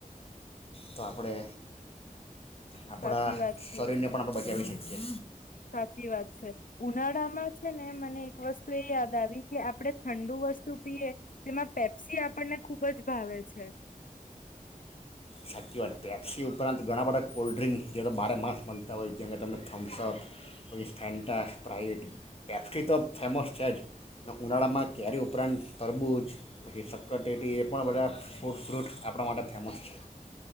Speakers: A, on the left; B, on the left.
A: તો આપણે આપણા
B: સાચી વાત
A: શરીરને
B: છે
A: પણ આપણે બચાવી શકીએ
B: સાચી વાત છે. ઉનાળામાં જ છે ને મને એક વસ્તુ એ યાદ આવી કે આપણે ઠંડુ વસ્તુ પીએ તેમાં પેપ્સી આપણને ખુબ જ ભાવે છે.
A: સાચી વાત પેપ્સી ઉપરાંત ઘણા બધા કોલ્ડ્રિંકસ જે બારે માસ મળતા હોય જે કે તમને થમ્સઅપ પછી ફેન્ટા સ્પ્રાાઈટ પેપ્સી તો ફેમસ છે જ ઉનાળામાં કેરી ઉપરાંત તરબૂચ પછી સક્કરટેટી એ પણ બધા ફ્રૂટ ફ્રૂટસ આપણા માટે ફેમસ છે.